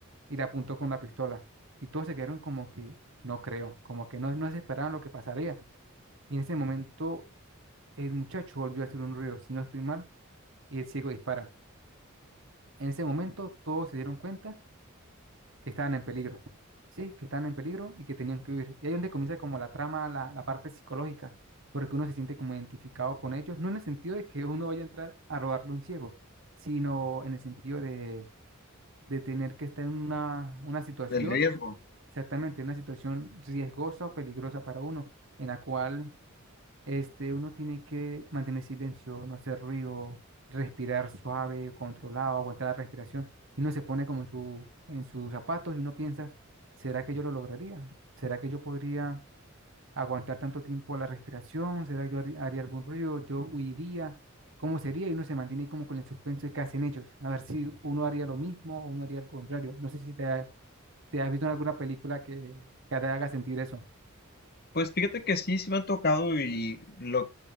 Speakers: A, on the right (about 60°); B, on the left (about 45°).
A: y le apuntó con la pistola. Y todos se quedaron como que no creo, como que no, no se esperaban lo que pasaría. Y en ese momento el muchacho volvió a hacer un ruido, si no estoy mal, y el ciego dispara. En ese momento todos se dieron cuenta que estaban en peligro, sí, que estaban en peligro y que tenían que huir. Y ahí es donde comienza como la trama, la, la parte psicológica, porque uno se siente como identificado con ellos, no en el sentido de que uno vaya a entrar a robarle a un ciego, sino en el sentido de de tener que estar en una, una situación,
B: del riesgo.
A: exactamente, una situación riesgosa o peligrosa para uno, en la cual este, uno tiene que mantener silencio, no hacer ruido, respirar suave, controlado, aguantar la respiración, y uno se pone como en su, en sus zapatos y uno piensa, ¿será que yo lo lograría? ¿Será que yo podría aguantar tanto tiempo la respiración? ¿Será que yo haría haría algún ruido? ¿Yo huiría? ¿Cómo sería? Y uno se mantiene ahí como con el suspenso de qué hacen ellos. A ver si uno haría lo mismo o uno haría lo contrario. No sé si te, ha- te has visto en alguna película que, que te haga sentir eso.
B: Pues fíjate que sí, sí me han tocado y lo,